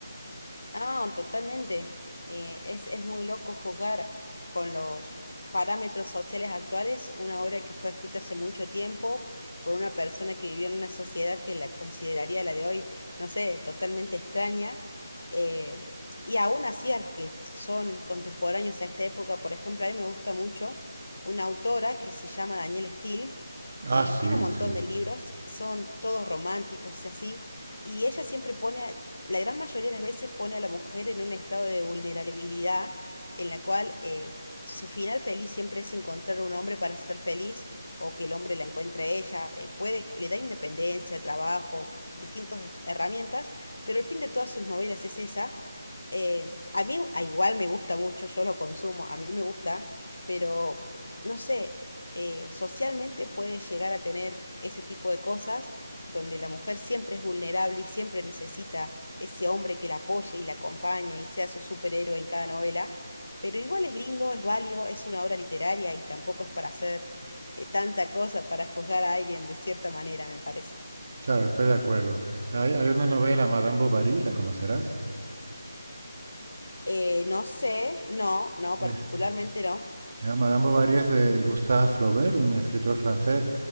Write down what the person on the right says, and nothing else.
Ah,
sí,
sí.
Claro, estoy de acuerdo. Hay, hay una novela, Madame Bovary, ¿la conocerás?
Es-
ya, Madame Bovary es de Gustave Flaubert, un escritor francés,